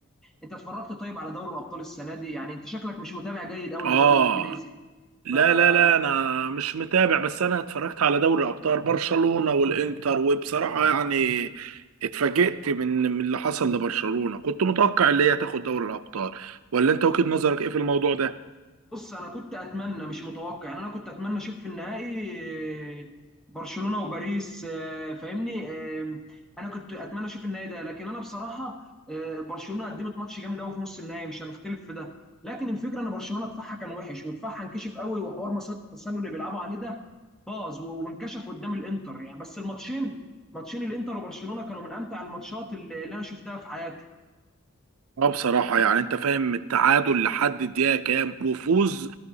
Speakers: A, in the centre; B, on the right.
A: انت اتفرجت طيب على دوري الابطال السنه دي يعني انت شكلك مش متابع جيد قوي
B: اه
A: للدوري الانجليزي
B: لا
A: فبص
B: لا لا انا مش متابع بس انا اتفرجت على دوري ابطال برشلونة والانتر وبصراحة يعني اتفاجئت من من اللي حصل لبرشلونة كنت متوقع اللي هي تاخد دوري الابطال ولا انت وجهة نظرك ايه في الموضوع ده
A: انا كنت اتمنى مش متوقع يعني انا كنت اتمنى اشوف في النهائي آه، برشلونة وباريس آه، فاهمني آه، انا كنت اتمنى اشوف النهائي ده لكن انا بصراحة آه، برشلونة قدمت ماتش جامد قوي في نص النهائي مش هنختلف في ده لكن الفكرة ان برشلونة دفاعها كان وحش ودفاعها انكشف قوي وحوار مسات التسلل اللي بيلعبوا عليه ده باظ و- وانكشف قدام الانتر يعني بس الماتشين ماتشين الانتر وبرشلونة كانوا من امتع الماتشات اللي اللي انا شفتها في حياتي
B: اه بصراحة يعني انت فاهم التعادل لحد الدقيقة كام وفوز